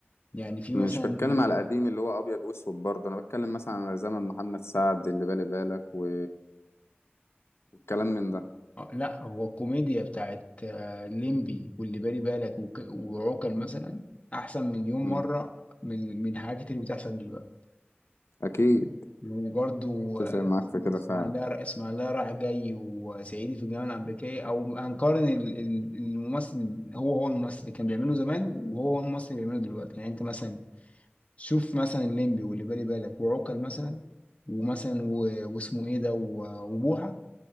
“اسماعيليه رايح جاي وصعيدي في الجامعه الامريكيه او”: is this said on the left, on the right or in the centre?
Left